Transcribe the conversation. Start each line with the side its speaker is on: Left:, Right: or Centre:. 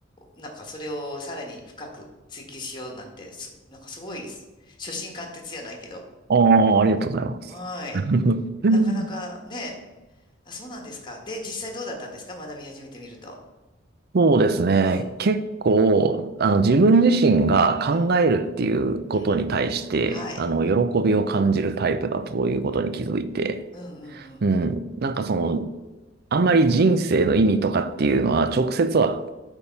Left: なんかそれをさらに深く追求しようなんて、す、なんかすごい、初心貫徹じゃないけど。
Right: ああ、ありがとうございます。
Left: はい。
Right: <laughs>
Left: なかなかね、あ、そうなんですか。で、実際どうだったんですか学び始めてみると。
Right: そうですね。
Left: うん、
Right: 結構、あの、自分自身が考えるっていうことに対して、
Left: うん、うん。はい。
Right: あの、喜びを感じるタイプだということに気づいて、
Left: うん、うん、うん。
Right: うん。なんかその、あんまり人生の意味とかっていうのは、直接は